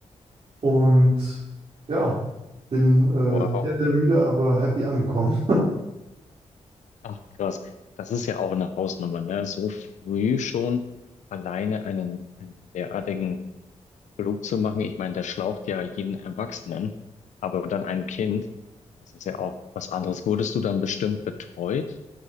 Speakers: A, on the right (about 55°); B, on the left (about 85°).
A: Und ja, bin äh,
B: Wow,
A: sehr, sehr müde, aber happy angekommen.
B: ach krass. Das ist ja auch eine Hausnummer, ne? So früh schon alleine einen, einen derartigen Flug zu machen. Ich meine, der schlaucht ja jeden Erwachsenen, aber dann ein Kind, das ist ja auch was anderes. Wurdest du dann bestimmt betreut